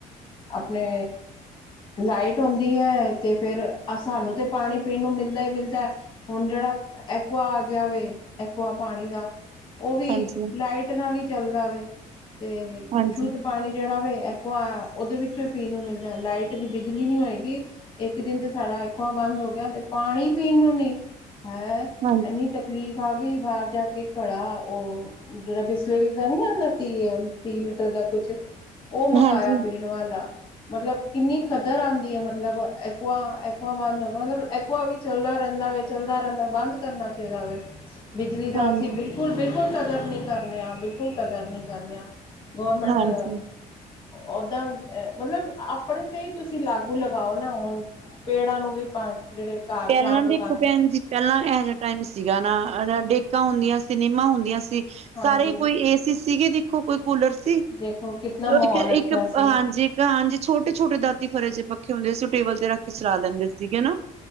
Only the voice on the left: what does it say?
ਆਪਣੇ ਲਾਈਟ ਆਉਂਦੀ ਐ ਤੇ ਫੇਰ ਸਾਨੂੰ ਤੇ ਪਾਣੀ ਪੀਣ ਨੂੰ ਮਿਲਦਾ ਹੀ ਮਿਲਦਾ। ਹੁਣ ਜਿਹੜਾ ਐਕੁਆ ਆ ਗਿਆ ਵੇ, ਐਕੁਆ ਪਾਣੀ ਦਾ ਓ ਵੀ
ਲਾਈਟ ਨਾਲ ਇ ਚੱਲਦਾ ਵੇ ਤੇ
ਸ਼ੁੱਧ ਪਾਣੀ ਜਿਹੜਾ ਵੈ ਏਕੁਆ ਉਹਦੇ ਵਿੱਚੋਂ ਹੀ ਪੀਣ ਨੂੰ ਮਿਲਦਾ, ਲਾਈਟ ਨੀ ਬਿਜਲੀ ਨਹੀਂ ਹੋਏਗੀ ਏਕ ਦਿਨ ਸਾਡਾ ਐਕੁਆ ਬੰਦ ਹੋ ਗਿਆ ਤੇ ਪਾਣੀ ਪੀਣ ਨੂੰ ਨਹੀਂ ਹੈਂ
ਇੰਨੀ ਤਕਲੀਫ਼ ਆ ਗਈ ਬਾਹਰ ਜਾ ਕੇ ਘੜਾ ਉਹ ਜਿਹੜਾ ਬਿਸਲੇਰੀ ਦਾ ਨੀ ਆਂਦਾ ਤੀਹ ਤੀਹ ਲੀਟਰ ਦਾ ਕੁਛ ਉਹ ਮੰਗਾਆ
ਪੀਣ ਵਾਲਾ ਮਤਲਬ ਕਿੰਨੀ ਕਦਰ ਆਦੀ ਮਤਲਬ ਐਕੁਆ-ਐਕੁਆ ਬੰਦ ਹੋ ਮਤਲਬ ਐਕੁਆ ਵੀ ਚੱਲਦਾ ਰੇਨਦਾ ਵੇ ਚੱਲਦਾ ਰੇਨਦਾ ਬੰਦ ਕਰਨਾ ਚਾਹੀਦਾ ਵੇ ਬਿਜਲੀ ਦਾ
ਅਸੀਂ ਬਿਲਕੁਲ-ਬਿਲਕੁਲ ਕਦਰ ਨੀ ਕਰਨੇ ਆ, ਬਿਲਕੁਲ ਕਦਰ ਨੀ ਕਰਨੇ ਆ। ਗੌਰੌਰਮੈਂਟ
ਅ ਓਦਾਂ ਮਤਲਬ ਆਪਣੇ ਤੇ ਹੀ ਤੁਸੀਂ ਲਾਗੂ ਲਗਾਓ ਨਾ ਹੁਣ ਪੇੜਾਂ ਨੂੰ ਵੀ ਪਾ ਜਿਹੜੇ ਘਰ
ਪਲਾਂਟ
ਉਗਾਉਣੇ
ਹਾਂਜੀ
ਦੇਖੋ ਕਿਤਨਾ ਮਾਹੌਲ
ਅੱਛਾ ਸੀ